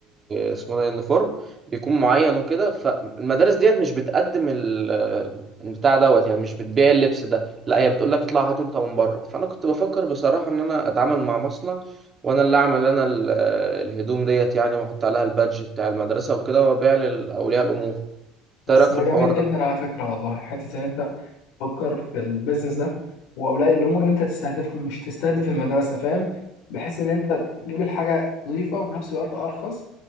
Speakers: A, on the right; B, on the left.
A: اسمه ده يونيفورم بيكون معين وكده فالمدارس ديت مش بتقدم ال- آه، بتاع دوت يعني مش بتبيع اللبس ده لا هي بتقول لك اطلع هاته انت من بره فانا كنت بفكر بصراحة ان انا اتعامل مع مصنع وانا اللي اعمل انا ال- آه، الهدوم ديت يعني واحط عليها البادج بتاع المدرسة وكده وابيع لاولياء الامور إنت
B: بس
A: ايه رايك
B: ده
A: في الحوار
B: جميل
A: ده
B: جدا على فكرة والله حتة إن أنت تفكر في البيزنس ده واولياء الامور اللي انت تستهدفهم مش تستهدف المدرسه فاهم بحيث ان انت تجيب الحاجه نظيفه وفي نفس الوقت ارخص